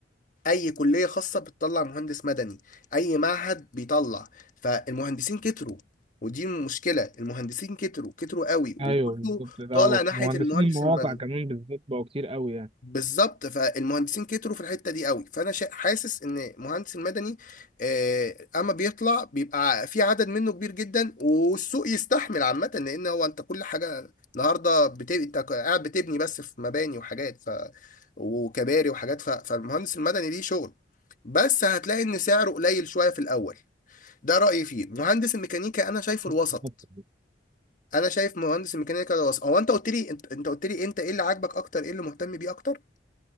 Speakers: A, on the left; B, on the right.
A: أي كلية خاصة بتطلع مهندس مدني أي معهد بيطلع فالمهندسين كتروا ودي مشكلة المهندسين كتروا كتروا قوي وكله
B: ايوه بالظبط ده
A: طالع
B: وفي
A: ناحية
B: مهندسين
A: المهندس
B: المواقع
A: المدني
B: كمان بالذات بقوا كتير قوي يعني
A: بالظبط فالمهندسين كتروا في الحته دي قوي فانا شا- حاسس ان مهندس المدني آه، اما بيطلع بيبقى في عدد منه كبير جدا والسوق يستحمل عامه لان هو انت كل حاجه النهارده بت... انت قاعد بتبني بس في مباني وحاجات ف وكباري وحاجات ف... فالمهندس المدني ليه شغل بس هتلاقي ان سعره قليل شويه في الاول ده رايي فيه مهندس الميكانيكا انا شايفه
B: <laughs>
A: الوسط انا شايف مهندس الميكانيكا ده الوسط هو انت قلت لي انت, انت قلت لي انت ايه اللي عاجبك اكتر ايه اللي مهتم بيه اكتر